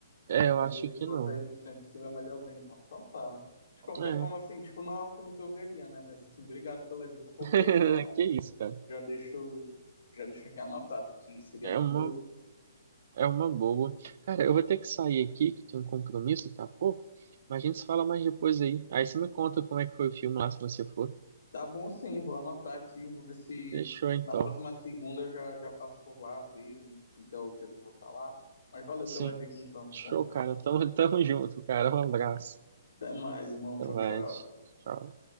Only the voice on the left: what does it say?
Mas
esse
outro aí do Missão Impossível é melhor ver, então. Então tá, né? De qualquer
forma, assim, tipo, não é o filme que eu veria, né? Mas assim, obrigado pela dica, porque
aí já,
já deixo, já deixo aqui anotado, que seria
bom
ver os.
Tá bom sim, vou anotar aqui, vou ver se
na próxima segunda eu já, já passo por lá, vejo, enfim, que é o dia que eu vou estar lá. Mas valeu
pela dica então, tá
bom? <laughs>
Até mais, irmão. Tchau,
tchau.